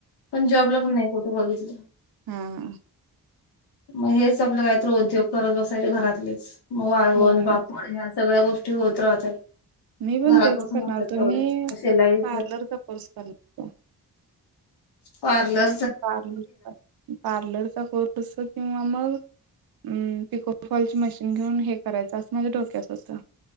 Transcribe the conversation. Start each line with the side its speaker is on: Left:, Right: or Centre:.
Left: पण जॉबला पण नाही कुठे बघितलं
Right: हा हा
Left: मग हेच आपलं काहीत उद्योग करत बसायचे घरातलेच वाळवण
Right: होय.
Left: पापड ह्या सगळ्या गोष्टी होत राहत
Right: मी पण
Left: घरात
Right: तेच
Left: बसून
Right: करणार
Left: होतात
Right: होतो.
Left: तेवढ्या
Right: मी
Left: असेलाई
Right: पार्लरचा कोर्स करणार होतो.
Left: पार्लर
Right: पार्लर पार्लरचा कोर्स किंवा मग म पिकोफॉल मशीन घेऊन हे करायचं असं माझ्या डोक्याच होतं